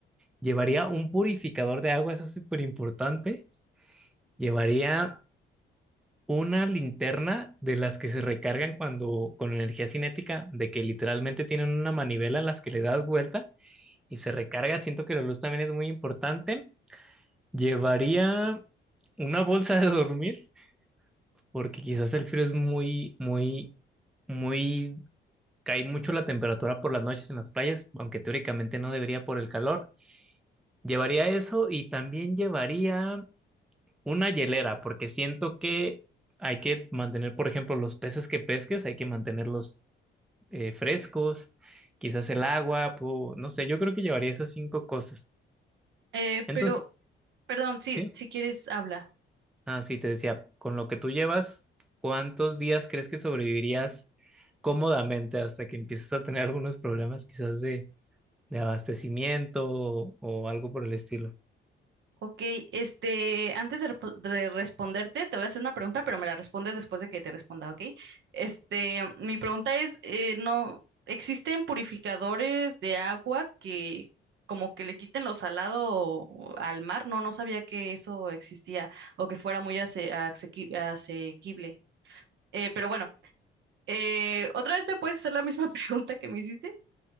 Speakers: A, in the centre; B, on the right (about 65°).
A: llevaría un purificador de agua, eso es súper importante. Llevaría una linterna de las que se recargan cuando con energía cinética, de que literalmente tienen una manivela a las que le das vuelta y se recarga. Siento que la luz también es muy importante. Llevaría una bolsa de dormir, porque quizás el frío es muy, muy, muy, cae mucho la temperatura por las noches en las playas, aunque teóricamente no debería por el calor. Llevaría eso y también llevaría Una hielera, porque siento que hay que mantener, por ejemplo, los peces que pesques, hay que mantenerlos eh, frescos, quizás el agua, pu- no sé, yo creo que llevaría esas cinco cosas.
B: Eh,
A: Entonces,
B: pero, perdón, sí,
A: ¿sí?
B: si quieres, habla.
A: Ah, sí, te decía, con lo que tú llevas, ¿cuántos días crees que sobrevivirías cómodamente hasta que empieces a tener algunos problemas quizás de, de abastecimiento o o algo por el estilo?
B: Ok, este, antes de, repo- de responderte, te voy a hacer una pregunta, pero me la respondes después de que te responda, ¿ok? Este, mi pregunta es, eh, no, ¿existen purificadores de agua que como que le quiten lo salado o- al mar? No, no sabía que eso existía o que fuera muy ase- asequi- asequible. Eh, pero bueno, eh, ¿otra vez me puedes hacer la misma <laughs> pregunta que me hiciste?